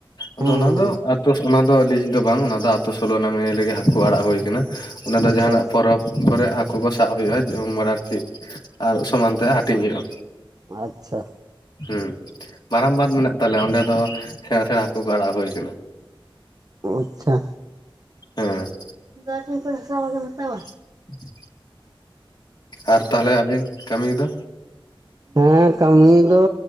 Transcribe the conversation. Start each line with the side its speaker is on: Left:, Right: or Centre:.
Left: ᱟᱫᱚ
Right: ᱦᱮᱸ
Left: ᱚᱱᱟ
Right: ᱦᱮᱸ
Left: ᱫᱚᱛ ᱚᱱᱟ ᱫᱚ ᱞᱤᱡ ᱫᱚ ᱵᱟᱝ ᱚᱱᱟ ᱫᱚ ᱟᱛᱳ ᱥᱳᱞᱳᱟᱱᱟᱢᱤᱭᱟᱹ ᱞᱮᱜᱮ ᱦᱟᱹᱠᱩ ᱟᱲᱟᱜ ᱦᱩᱭ ᱠᱟᱱᱟ ᱚᱱᱟ ᱫᱚ
Right: ᱟᱪᱪᱷᱟ
Left: ᱡᱟᱦᱟᱸᱱᱟᱜ
Right: ᱟᱪᱪᱷᱟ
Left: ᱯᱚᱨᱚᱵᱽ ᱠᱚᱨᱮ ᱦᱟᱹᱠᱩ ᱠᱚ ᱥᱟᱵ ᱦᱩᱭᱩᱜᱼᱟ ᱡᱚᱢ ᱵᱟᱲᱟ ᱟᱨᱠᱤ ᱟᱨ ᱥᱚᱢᱟᱱ ᱛᱮ ᱦᱟᱸᱜ ᱦᱟᱹᱴᱤᱧ ᱦᱩᱭᱩᱜᱼᱟ
Right: ᱟᱪᱪᱷᱟ
Left: ᱦᱮᱸ ᱢᱟᱨᱟᱝ ᱵᱟᱸᱫᱷ ᱢᱮᱱᱟᱜ ᱛᱟᱞᱮᱭᱟ ᱚᱸᱰᱮ ᱫᱚ ᱥᱮᱬᱟ ᱥᱮᱬᱟ ᱦᱟᱹᱠᱩ ᱠᱚ ᱟᱲᱟᱜ ᱦᱩᱭ ᱠᱟᱱᱟ
Right: ᱟᱪᱪᱷᱟ
Left: ᱦᱮᱸ
Right: <unintelligible> ᱦᱟᱛᱟᱣᱟ
Left: <unintelligible> ᱟᱨ ᱛᱟᱦᱚᱞᱮ ᱟᱹᱵᱤᱱ ᱠᱟᱹᱢᱤ ᱫᱚ
Right: ᱦᱮᱸ ᱠᱟᱹᱢᱤ ᱫᱚ